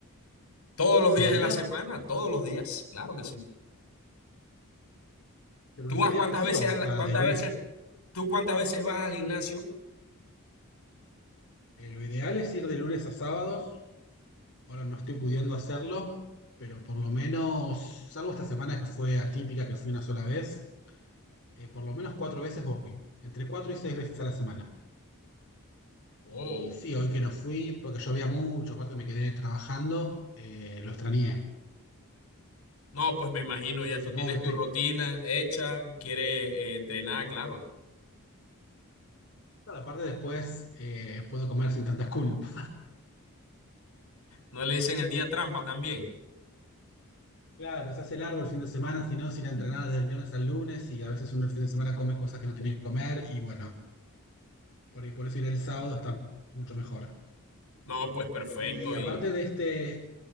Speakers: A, on the left; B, on the left.
A: Todos los días
B: ¿lo harías?
A: de la semana, todos los días, claro que sí.
B: ¿De lunes
A: ¿Tú vas
B: a viernes,
A: cuántas
B: sí?
A: veces
B: ¿O hasta
A: a la- cuántas
B: de lunes?
A: veces, tú cuántas veces vas al gimnasio?
B: Eh, lo ideal es ir de lunes a sábados. Ahora no estoy pudiendo hacerlo, pero por lo menos, salvo esta semana que fue atípica, que fui una sola vez, eh, por lo menos cuatro veces voy. Entre cuatro y seis veces a la semana.
A: Oh,
B: Y sí, hoy que no fui, porque llovía mucho, aparte me quedé trabajando, eh, lo extrañé.
A: no, pues me imagino,
B: Así
A: ya
B: que
A: tú
B: supongo
A: tienes
B: que,
A: tu
B: te-
A: rutina hecha, quieres eh, entrenar, claro.
B: Claro, aparte después eh, puedo comer sin tanta culpa.
A: ¿No le dicen el día trampa también?
B: Claro, se hace largo el fin de semana, si no, si la entrenada desde el viernes al lunes y a veces uno el fin de semana come cosas que no tiene que comer y bueno, por, por eso ir el sábado está mucho mejor.
A: No, pues perfecto.
B: Y aparte
A: Y
B: de este,